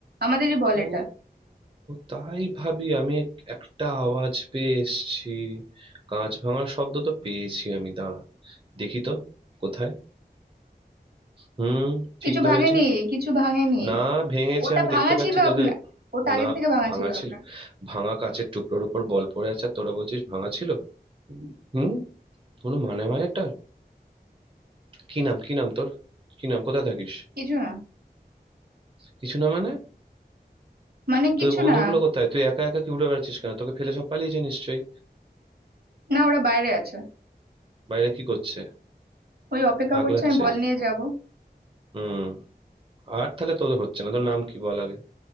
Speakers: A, on the right; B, on the right.
A: আমাদেরই বল
B: ও
A: এটা
B: তাই ভাবি আমি একটা আওয়াজ পেয়ে এসেছি কাঁচ ভাঙার শব্দ তো পেয়েছি আমি দাঁড়া দেখি তো কোথায় হুম ঠিক
A: কিছু
B: ধরেছি
A: ভাঙেনি কিছু ভাঙেনি
B: না ভেঙেছে
A: ওটা
B: আমি
A: ভাঙা
B: দেখতে পাচ্ছি
A: ছিল
B: তোদের
A: আপনার ওটা আগের
B: না
A: থেকে ভাঙা
B: ভাঙা
A: ছিল
B: ছিল
A: আপনার
B: ভাঙা কাঁচের টুকরোর উপর বল পড়ে আছে আর তোরা বলছিস ভাঙা ছিল হুম কোনো মানে হয় এটা কি নাম কি নাম তোর কি নাম কোথায় থাকিস
A: কিছু না
B: কিছু না মানে
A: মানে
B: তোদের
A: কিছু
B: বন্ধুগুলো
A: না
B: কোথায় তুই একা একা কি উড়ে বেড়াচ্ছিস কেন তোকে ফেলে সব পালিয়েছে নিশ্চয়ই
A: না ওরা বাইরে আছে
B: বাইরে কি করছে
A: ওই অপেক্ষা
B: আগলাচ্ছে
A: করছে আমি বল নিয়ে যাব
B: হুম আর তাহলে তোদের হচ্ছে না তোর নাম কি বল আগে